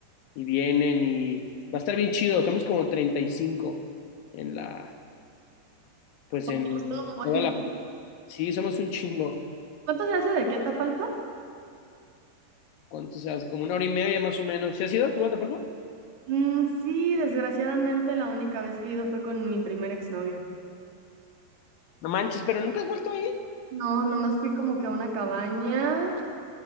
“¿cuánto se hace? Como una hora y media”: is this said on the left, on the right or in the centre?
Left